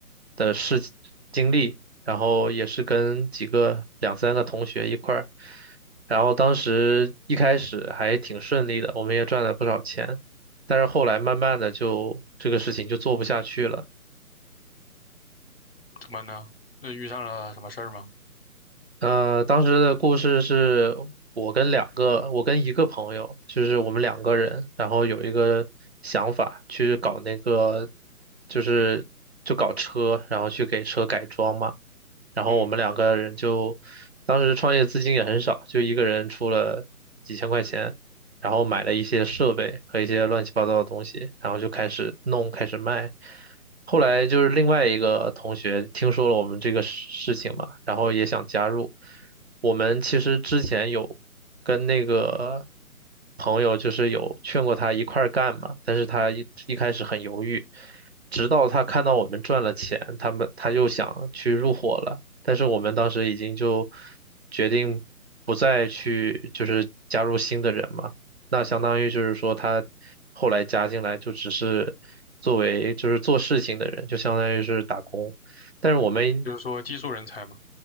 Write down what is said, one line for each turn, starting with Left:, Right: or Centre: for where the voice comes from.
Right: 的事情经历，然后也是跟几个两三个同学一块儿，然后当时一开始还挺顺利的，我们也赚了不少钱，但是后来慢慢的就这个事情就做不下去了。
Left: 怎么呢？那遇上了什么事儿吗？
Right: 呃，当时的故事是我跟两个，我跟一个朋友，就是我们两个人，然后有一个想法去搞那个，就是就搞车，然后去给车改装嘛。然后我们两个人就当时创业资金也很少，
Left: 嗯，
Right: 就一个人出了几千块钱，然后买了一些设备和一些乱七八糟的东西，然后就开始弄，开始卖。后来就是另外一个同学听说了我们这个事事情嘛，然后也想加入。我们其实之前有跟那个朋友就是有劝过他一块儿干嘛，但是他一一开始很犹豫，直到他看到我们赚了钱，他们他就想去入伙了。但是我们当时已经就决定不再去，就是加入新的人嘛。那相当于就是说，他后来加进来就只是作为就是做事情的人，就相当于是打工。但是我们
Left: 就是说技术人才嘛。